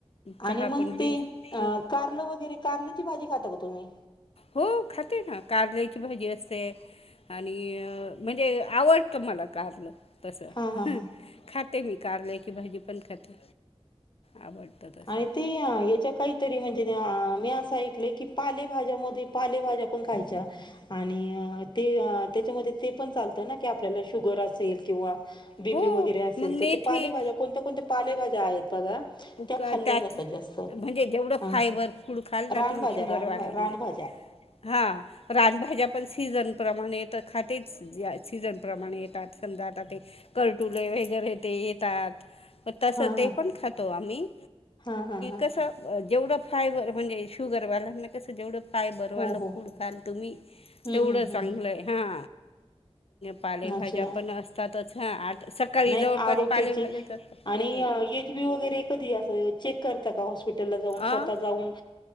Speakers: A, on the left (about 65°); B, on the left (about 45°).
A: चहा
B: आणि मग
A: पण बिन
B: ते अ
A: हां
B: कारलं वगैरे कारलची भाजी खाताका तुम्ही?
A: हो खाते ना कारल्याची भाजी असतें. आणि म्हणजे आवडत मला कारल. तसं
B: हा हा हा
A: खाते मी कारल ची भाजी पण खाते. आवडतं तसं
B: आणि ते याच्या काहीतरी म्हणजे मी असा एक. पाले भाज्या मध्ये पालेभज्या पण खायच्या आणि ते त्याच्यामध्ये ते पण चालतं ना की आपल्याला शुगर असेल किंवा.? बी.
A: हो
B: पी वगैरे असेल
A: मग मेथी
B: तर. ते पालेभाज्या कोणत्या-कोणत्या पालेभाज्या आहेत बघा. त्या
A: क-
B: खाल्ल्या
A: त्याच
B: जातात जास्त.
A: म्हणजे जेवढं
B: हा
A: फायबर फूड खाल ना
B: रानभाज्या
A: तुम्ही शुगरवाल्यांनी.
B: रान रानभाज्या
A: हा राजभाज्या पण सीजन प्रमाणे खातेच सीजनप्रमाणे येतात समजा आता ते कर कर्टुले वगरे ते येतात. तस
B: हा
A: ते
B: हा
A: पण खात. आम्ही
B: हा हा हा
A: जेवढ फायबर म्हणजे शुगरवाल्यांना कस जेवढ. काय फायबर
B: हो
A: वालं
B: हो
A: फूड खाल तुम्ही.
B: हम्म
A: तेवढं
B: हम्म हम्म
A: चांगलंय हा. पालेभाज्या
B: हम्म अच्छा
A: पण असतातच हां. आ सकाळी
B: नाही
A: जवळपास
B: आरोग्याची
A: पालेभाज्याच असतात
B: आणि
A: हो.
B: एच. बी. वगैरे चेक करता का हॉस्पिटलला जाऊन
A: आ
B: स्वतः जाऊन.